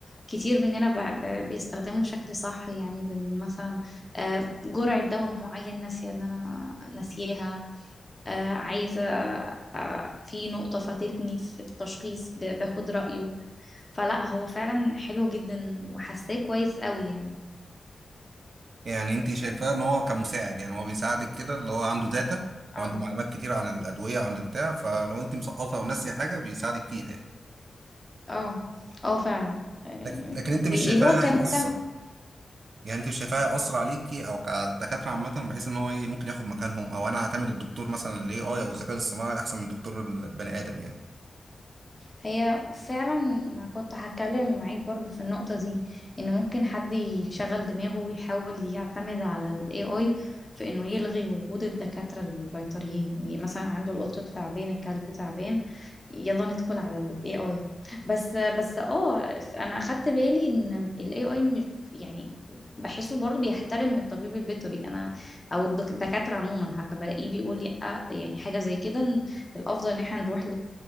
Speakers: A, on the left; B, on the right.
A: كتير مننا ب- ب- بيستخدمه بشكل صح يعني بن مثلا آه، جرعة دواء معين ناسية ان انا ناسياها آه، عايزة آه، في نقطة فاتتني في التشخيص ب- باخد رأيه فلا هو فعلا حلو جدا وحاساه كويس قوي يعني
B: يعني انت شايفاه ان هو كمساعد يعني هو بيساعدك كده اللي هو عنده داتا
A: اه
B: وعنده معلومات كتير عن الادويه وعن البتاع فلو انت مسقطه او ناسيه حاجه بيساعدك فيها يعني
A: اه اه فعلا آه،
B: لكن لكن انت
A: بي-
B: مش شايفاه
A: اللي هو كان
B: هيأثر
A: مكمل
B: يعني انت شايفاها اسرع عليكي او كدكاتره عامه بحيث ان هو ايه ممكن ياخد مكانهم او انا اعتمد الدكتور مثلا الاي اي او الذكاء الاصطناعي احسن من دكتور البني ادم يعني
A: هي فعلا أنا كنت هتكلم معاك برضو في النقطة دي ان ممكن حد يشغل دماغه ويحاول يعتمد على ال AI في انه يلغي وجود الدكاترة البيطريين يعني مثلا عنده القط تعبان الكلب تعبان يلا ندخل على ال AI بس بس اه انا اخدت بالي ان ال AI مش يعني بحسه برضو بيحترم الطبيب البيطري انا او الدك- الدكاترة عموما حتى بلاقيه بيقول لي آه، يعني حاجة زي كده إن الافضل ان احنا نروح